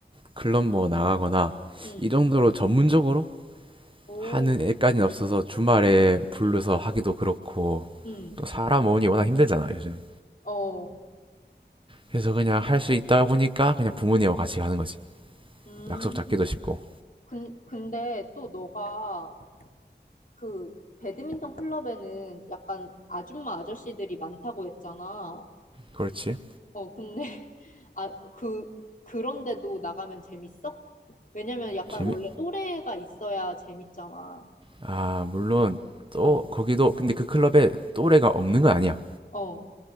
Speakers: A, on the right (about 30°); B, on the left (about 45°).
A: 클럽 뭐 나가거나
B: 응.
A: 이 정도로 전문적으로
B: 오.
A: 하는 애까지는 없어서 주말에 불러서
B: 응.
A: 하기도 그렇고
B: 응.
A: 또 사람 모으니 워낙 힘들잖아 요즘.
B: 어.
A: 그래서 그냥 할 수 있다 보니까 그냥 부모님하고 같이 가는 거지.
B: 음.
A: 약속 잡기도 쉽고
B: 근, 근데 또 너가 그 배드민턴 클럽에는 약간 아줌마 아저씨들이 많다고 했잖아.
A: 그렇지
B: 어, 근데, <laughs> 아, 그, 그런데도 나가면 재밌어? 왜냐면 약간
A: 재미
B: 원래 또래가 있어야 재밌잖아.
A: 아 물론 또
B: 어,
A: 거기도 근데 그 클럽에 또래가 없는 건 아니야
B: 어.